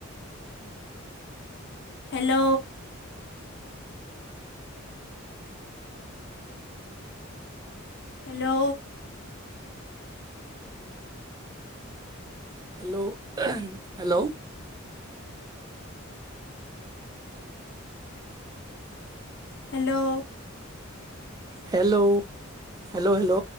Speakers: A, on the left; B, on the right.
A: hello? Hello?
B: Hello? Hello?
A: Hello?
B: Hello? Hello? Hello?